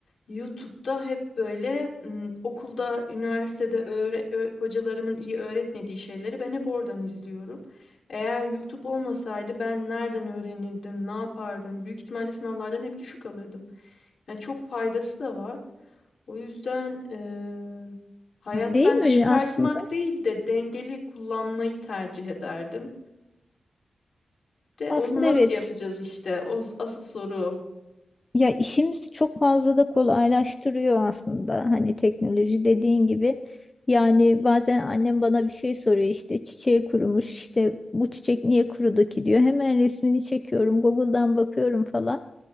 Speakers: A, on the left; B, on the left.
A: YouTube'da hep böyle m, okulda, üniversitede öğre- ö- hocalarımın iyi öğretmediği şeyleri ben hep oradan izliyorum. Eğer YouTube olmasaydı ben nereden öğrenirdim, ne yapardım? Büyük ihtimalle sınavlardan hep düşük alırdım. Yani çok faydası da var. O yüzden eee, hayattan
B: Değil mi
A: çıkartmak
B: aslında?
A: değil de dengeli kullanmayı tercih ederdim. De
B: Aslında
A: onu nasıl
B: evet.
A: yapacağız işte? O s- asıl soru.
B: Ya işimizi çok fazla da kolaylaştırıyor aslında. Hani teknoloji dediğin gibi. Yani bazen annem bana bir şey soruyor işte çiçeği kurumuş işte bu çiçek niye kurudu ki diyor. Hemen resmini çekiyorum Google'dan bakıyorum falan.